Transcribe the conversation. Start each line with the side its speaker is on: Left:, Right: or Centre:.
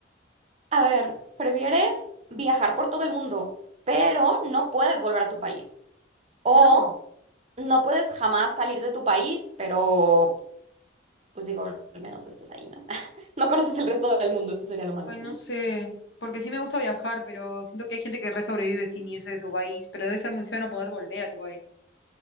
Right: A ver, ¿prefieres viajar por todo el mundo, pero no puedes volver a tu país? o
Left: No,
Right: no puedes jamás salir de tu país, pero pues digo, al menos estás ahí, ¿no? <laughs> No conoces el resto del mundo, eso sería lo malo.
Left: ay, no sé. Porque sí me gusta viajar, pero siento que hay gente que re sobrevive sin irse de su país, pero debe ser muy feo no poder volver a tu país.